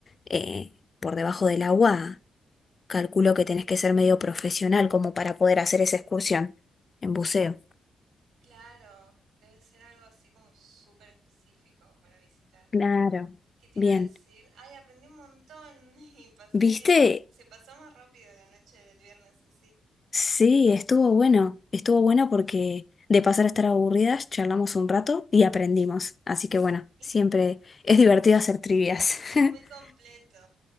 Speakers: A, on the left; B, on the right.
A: eh, por debajo del agua, calculo que tenés que ser medio profesional como para poder hacer esa excursión en buceo.
B: Claro, debe ser algo así como súper específico para visitar.
A: Claro,
B: ¿Qué te
A: bien.
B: iba a decir? Ay, aprendí un montón <laughs> y pasé,
A: ¿Viste?
B: se pasó más rápido la noche del viernes así. <laughs>
A: Sí, estuvo bueno. Estuvo bueno porque de pasar a estar aburridas, charlamos un rato y aprendimos. Así
B: Sí,
A: que bueno, siempre es divertido hacer trivias.
B: muy
A: <laughs>
B: completo.